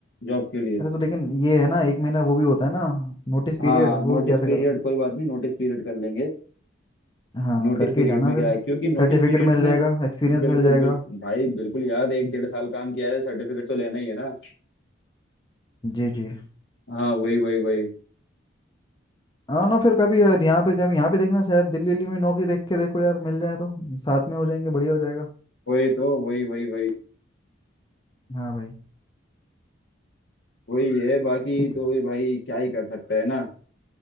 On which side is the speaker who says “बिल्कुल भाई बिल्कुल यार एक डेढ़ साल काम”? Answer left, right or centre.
Left